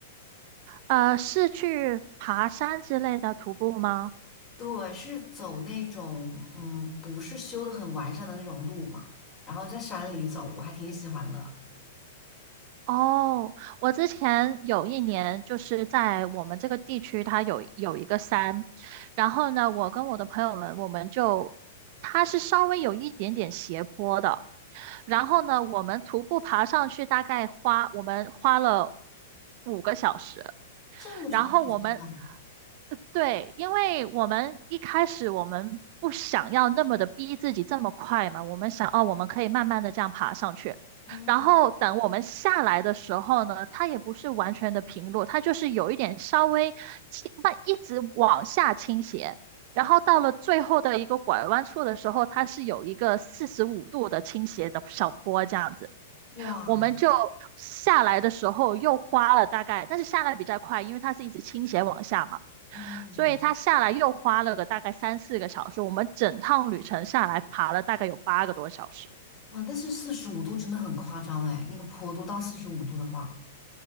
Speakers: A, on the right; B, on the left.
A: 呃，是去爬山之类的徒步吗？
B: 对，是走那种嗯不是修的很完善的那种路嘛，然后在山里走，我还挺喜欢的。
A: 哦，我之前有一年就是在我们这个地区，它有有一个山，然后呢，我跟我的朋友们，我们就它是稍微有一点点斜坡的，然后呢，我们徒步爬上去，大概花我们花了五个小时。
B: 这么长时间的，
A: 然后我们，呃对，因为我们一开始我们不想要那么的逼自己这么快嘛，我们想哦，我们可以慢慢的这样爬上去。
B: 嗯，
A: 然后等我们下来的时候呢，它也不是完全的平路，它就是有一点稍微倾，慢，一直往下倾斜。然后到了最后的一个拐弯处的时候，它是有一个四十五度的倾斜的小坡这样子。
B: 哇，
A: 我们就下来的时候又花了大概，但是下来比较快，因为它是一直倾斜往下嘛，
B: 嗯。
A: 所以它下来又花了个大概三四个小时。我们整趟旅程下来爬了大概有八个多小时。
B: 哇，但是四十五度真的很夸张哎，那个坡度到四十五度的话，